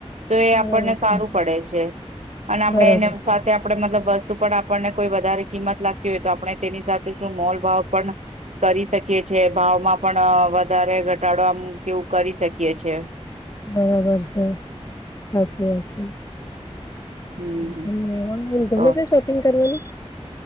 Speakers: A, on the right; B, on the left.
A: તો એ
B: બરાબર
A: આપણને
B: છે
A: સારું પડે છે. અને આપણેે
B: બરાબર
A: એને
B: છે
A: સાથે આપણે મતલબ વસ્તુ પણ આપણને કોઈ વધારે કિંમત લાગ હોય તો આપણે તેની સાથે શું મોલ ભાવ પણ કરી શકીએ છે. ભાવમાં પણ વધારે ઘટાડો આમ કેવું કરી શકીએ છે.
B: બરાબર છે. સાચી વાત છે.
A: હમ્મ
B: તમને ઓનલાઈન ગમે
A: તો
B: છે શોપિંગ કરવાનુ?